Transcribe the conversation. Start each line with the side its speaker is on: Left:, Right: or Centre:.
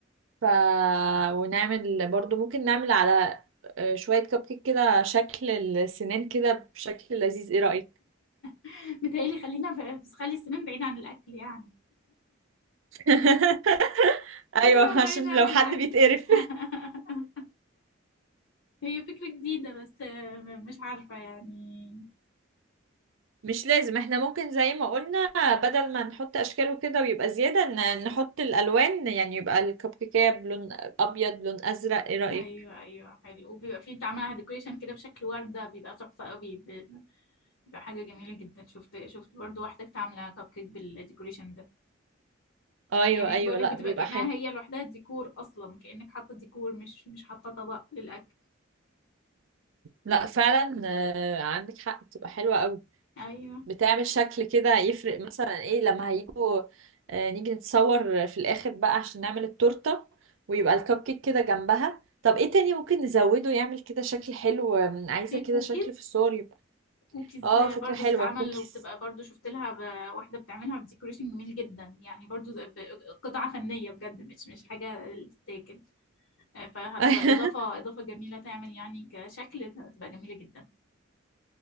Right: ف ونعمل برضو ممكن نعمل على آه، شوية كب كيك كده شكل السنان كده بشكل لذيذ ايه رأيك
Left: <laughs> متهيألي خلينا في... خلي السنان بعيدة عن الأكل يعني
Right: <laughs>
Left: خليها
Right: ايوه عشان
Left: بعيدة عن
Right: لو
Left: الأكل
Right: حد بيتقرف
Left: <laughs> هي فكرة جديدة بس آه، م- مش عارفة يعني
Right: مش لازم احنا ممكن زي ما قلنا بدل ما نحط اشكاله كده ويبقى زيادة ن- نحط الالوان يعني يبقى الكب كيكية بلون ابيض لون ازرق ايه رأيك
Left: ايوه ايوه حلو وبيبقى فيه انت عاملها ديكوريشن كده بشكل وردة بيبقى تحفة قوي ب- بيبقى حاجة جميلة جدا شفت شفت برضو واحدة كانت عاملة كب كيك بالديكوريشن ده
Right: ايوه
Left: يعني
Right: ايوه
Left: انا بقولك
Right: لا
Left: بتبقى
Right: بيبقى
Left: كأنها
Right: حلو
Left: هي لوحدها ديكور اصلا كأنك حاطة ديكور مش مش حاطة طبق للأكل
Right: لا فعلا آه، عندك حق بتبقى حلوة قوي
Left: ايوه
Right: بتعمل شكل كده يفرق مثلا ايه لما هيجوا آه، نيجي نتصور في الاخر بقى عشان نعمل التورتة ويبقى الكب كيك كده جنبها طب ايه تاني ممكن نزوده يعمل كده شكل حلو آم، عايزة
Left: في
Right: كده
Left: كوكيز
Right: شكل في الصور يبقى
Left: كوكيز
Right: اه فكرة
Left: برضو
Right: حلوة
Left: بتتعمل
Right: كوكيز
Left: وبتبقى برضو شفت لها ب- واحدة بتعملها بديكوريشن جميل جدا يعني برضو زي- ب- قطعة فنية بجد مش مش حاجة تتاكل آه، فهتبقى
Right: <laughs>
Left: إضافة إضافة جميلة تعمل يعني كشكل هتبقى جميلة جدا